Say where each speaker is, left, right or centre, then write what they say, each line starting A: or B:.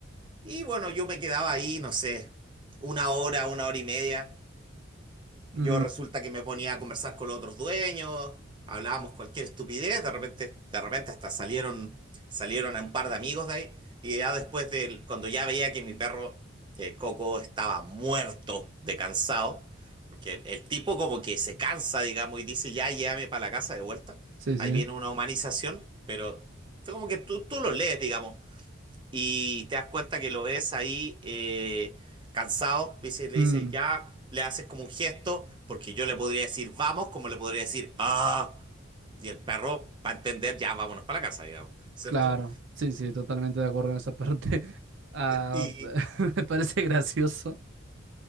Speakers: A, on the right; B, on the right.
A: y bueno, yo me quedaba ahí, no sé, una hora, una hora y media. Yo
B: Mm,
A: resulta que me ponía a conversar con los otros dueños, hablábamos cualquier estupidez, de repente, de repente hasta salieron, salieron a un par de amigos de ahí, y ya después de, cuando ya veía que mi perro eh, Coco estaba muerto de cansado, porque el, el tipo como que se cansa, digamos, y dice, ya llévame para la casa de vuelta,
B: sí, sí.
A: ahí viene una humanización, pero como que tú, tú lo lees, digamos, y te das cuenta que lo ves ahí eh, cansado, dice, le
B: Mm,
A: dice, ya, le haces como un gesto, porque yo le podría decir vamos, como le podría decir ah, y el perro va a entender, ya, vámonos para la casa, digamos, ¿cierto?
B: claro. Sí, sí, totalmente de acuerdo en esa parte. <laughs> Ah,
A: Y,
B: <laughs> me parece gracioso.